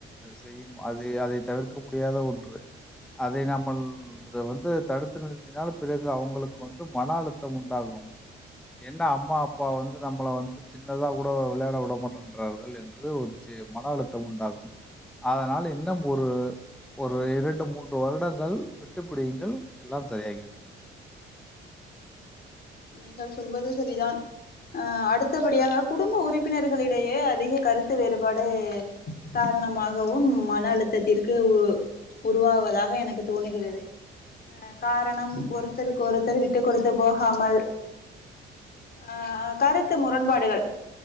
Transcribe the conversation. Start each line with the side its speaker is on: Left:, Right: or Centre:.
Centre: செய்யும் அது அதை தவிர்க்க முடியாத ஒன்று அதை நம்ம இத வந்து தடுத்து நிறுத்தினால் பிறகு அவங்களுக்கு வந்து மன அழுத்தம் உண்டாகும் என்னா அம்மா அப்பா வந்து நம்மளை வந்து சின்னதா கூட விளையாட விடமாட்டன்றார்கள் என்று ஒரு சி மன அழுத்தம் உண்டாகும் அதனால் இன்னும் ஒரு ஒரு இரண்டு மூன்று வருடங்கள் விட்டுப்பிடியுங்கள் எல்லாம் சரியாகிவிடும்
Left: நீங்கள் சொல்வது செரிதான் அஹ் அடுத்தபடியாக குடும்ப உறுப்பினர்களிடையே அதிக கருத்து வேறுபாடு காரணமாகவும் மன அழுத்தத்திற்கு உருவாகதாக எனக்கு தோணுகிறது அஹ் காரணம் ஒருத்தருக்கு ஒருத்தர் விட்டுக் கொடுத்து போகாமல் ஆஹ் கருத்து முரண்பாடுகள்